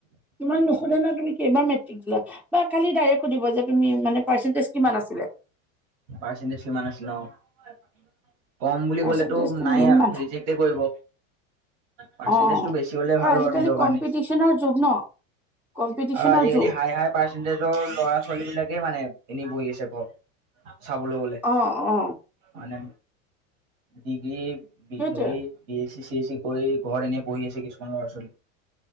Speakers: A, in the centre; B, on the right.
A: তোমাক নোশোধে ন তুমি কেইবাৰ মেট্ৰিক দিয়া। বা খালি ডাইৰেক্ট সুধিব যে তুমি মানে পাৰ্চেণ্টেজ কিমান আছিল?
B: পাৰ্চেণ্টেজ কিমান আছিল অ? কম বুলি
A: পাৰ্চেন্টেজটো
B: কলেটো নাই
A: মেইন
B: আৰু
A: মানে
B: ৰিজেক্টে কৰিব। পাৰ্চেণ্টেজটো
A: অ
B: বেছি হলে
A: আৰু
B: ভাল
A: আজিকালি
B: বাৰু নিজৰ
A: কম্পিটিচনৰ
B: কাৰনে।
A: যুগ ন কম্পিটিচনৰ
B: আৰু আজিকালি
A: যুগ
B: হাই হাই পাৰ্চেন্টেজৰ ল'ৰা- ছোৱালী বিলাকে মানে এনেই বহি আছে ঘৰত। চাবলৈ গলে
A: অ অ
B: মানে দিঘে বি
A: সেইটোৱে
B: এ হেৰি B S C C S C কৰি ঘৰত এনেই পঢ়ি আছে কিছুমান ল'ৰা-ছোৱালী